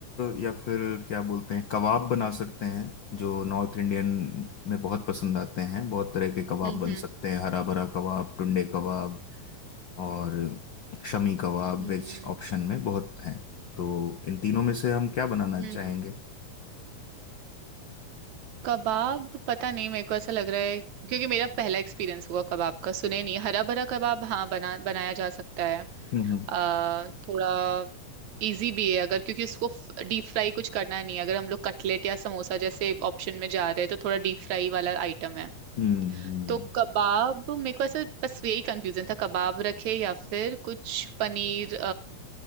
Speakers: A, on the left; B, on the right.
A: या फिर क्या बोलते हैं कबाब बना सकते हैं जो नॉर्थ इंडियन में बहुत पसंद आते हैं बहुत तरह के कबाब
B: हम्म
A: बन सकते हैं हरा भरा कबाब टुंडे कबाब और शमी कबाब
B: हम्म
A: वेज ऑप्शन में बहुत हैं तो इन तीनों में से हम क्या बनाना
B: हम्म
A: चाहेंगे
B: कबाब पता नहीं मेरे को ऐसा लग रहा है क्योंकि मेरा पहला एक्सपीरियंस हुआ कबाब का सुने नहीं हरा भरा कबाब हाँ बना बनाया जा सकता है
A: हम्म
B: अ, थोड़ा इजी भी है अगर क्योंकि उसको डीप फ्राई कुछ करना नहीं है अगर हम लोग कटलेट या समोसा जैसे ऑप्शन में जा रहे हैं तो थोड़ा डीप फ्राई वाला आइटम है
A: हम्म हम्म,
B: तो कबाब मेरे को ऐसे बस यही कंफ्यूजन था कबाब रखे या फिर कुछ पनीर अ,